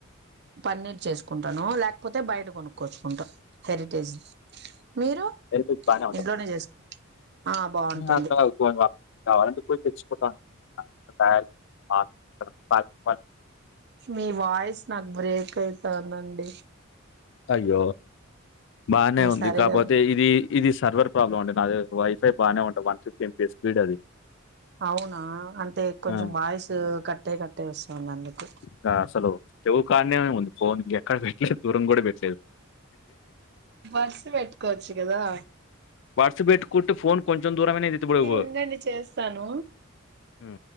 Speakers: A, on the right; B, on the left.
A: పన్నీర్ చేసుకుంటాను. లేకపోతే బయట కొనుక్కోచ్చుకుంటా, హెరిటేజ్ మీరు
B: హెరిటేజ్ బానే ఉంటది.
A: ఇంట్లోనే జేస్క్, ఆ బాగుంటుంది.
B: కానీ <unintelligible> కావాలంటే పోయి తెచ్చికుంటా. తయార్. <inaudible> పాకెట్ పాల్,
A: మీ వాయిస్ నాక్, బ్రేక్ అవుతాందండి.
B: అయ్యో, బానే ఉంది
A: సరిగా
B: కాకపోతే ఇది, ఇదిస్ సర్వర్ ప్రాబ్లం అండి. నాది వైఫై బాగానే ఉంటది. వన్ ఫిఫ్టీ ఎంపీ స్పీడ్ అది.
A: అవునా, అంటే కొంచెం
B: ఆ!
A: వాయిసు కట్ అయి, కట్ అయి ఓస్తుంది అందుకు.
B: ఇంకా అసలు, చెవు కాన్నే ఉంది పోన్ ఎక్కడ పెట్లేదు, దూరం గుడా పెట్లేదు.
A: బర్డ్స్ బేట్టుకోవచ్చు గదా.
B: బర్డ్స్ పెట్టుకుంటే ఫోన్ కొంచెం దూరమైన <unintelligible> పోద్.
A: ఉండండి చేస్తాను
B: ఉ.